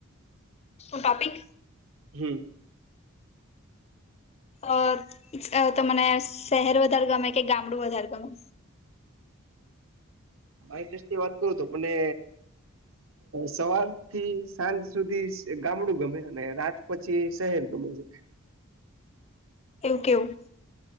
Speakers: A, on the left (about 30°); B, on the right (about 65°).
A: શું ટોપિક?
B: હમ.
A: અ તમને શહેર વધારે ગમે કે ગામડું વધારે ગમે?
B: મારી ઇન્ટ્રેસ્ટની વાત કરું તો મને સવાર થી સાંજ સુધી ગામડું ગમે અને રાત પછી સહેર ગમે છે.
A: એવું કેવુ?